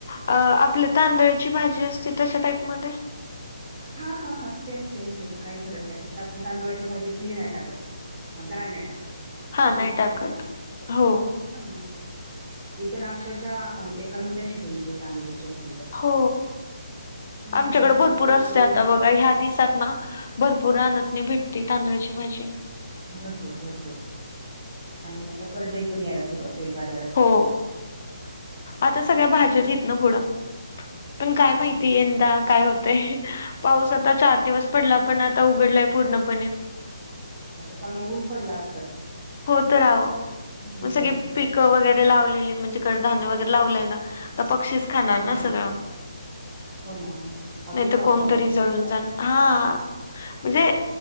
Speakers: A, on the left; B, on the right.
A: अ आपल्या तांदळाची भाजी असती तशा टाईपमध्ये.
B: हा हा हा सेम सेम सेम काही फरक नाही फक्त आपण तांदुळाच्या भाजीत हे नाही टाकत दाळ नाही टाकत
A: हा
B: अशीच
A: नाही टाकत.
B: <unintelligible> ना.
A: हो.
B: हा ती तर अक्षरशः एका मिनिटात शिजवून येते तांदुळची भाजी तर.
A: हो
B: हम्म.
A: आमच्याकडे
B: ते
A: भरपूर
B: थोडस
A: अस
B: वेळ
A: आता
B: घेते.
A: बघा ह्या दिसात ना भरपूर राहनत नाही भेटते तांदळाची भाजी
B: भरपूर भरपूर आणि आता कडई पण यायला सुरुवात होईल बाजारात.
A: हो आता सगळ्या भाज्याच इथं ना पूढ. पण
B: हा
A: काय माहिती
B: हा.
A: यंदा काय होतय पाऊसात आता चार दिवस पडला पण आता उघडलाय पूर्णपणे.
B: आता चांगलं ऊन पडला अस तर
A: हो तर राव
B: हम्म.
A: म सगळे पिकं वगैरे लावलेली म्हणजे कडधान्य वगैरे लावलंय ना आता पक्षीच खाणार
B: हां.
A: ना सगळं
B: हो ना, हो ना. अजून
A: नाही तर
B: पाऊस
A: कोणतरी
B: आला पाहिजे
A: च जळून जाण
B: दिवसात.
A: हा. म्हणजे